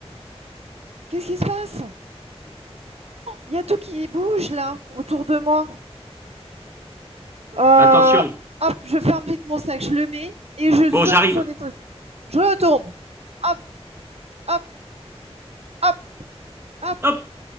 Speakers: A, on the right; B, on the right.
A: Qu'est-ce qui se passe? Il y a tout qui bouge là, autour de moi. Euh,
B: Attention.
A: hop, je ferme vite mon sac, je le mets et je
B: Bon,
A: saute
B: j'arrive.
A: sur des trucs. Je retourne. Hop, hop, hop, hop.
B: Hop.